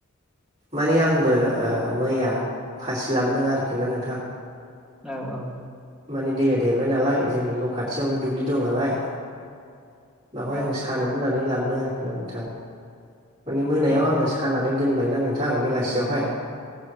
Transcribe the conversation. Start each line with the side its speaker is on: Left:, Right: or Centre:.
Right: माने आंबो मैया फासि लाबोदों आरोखि ना नोंथां।
Centre: औ औ।
Right: माने दैया देरबाय नालाय जोंनि न' खाथियावनो दुब्लि दं नालाय बेवहाय
Centre: औ
Right: आङो सानो होननानै लाबो दों आरोखि ना नोंथां। माने मोनायाव
Centre: औ
Right: आङो सा दोनबायना नोंथां बेलासियावहाय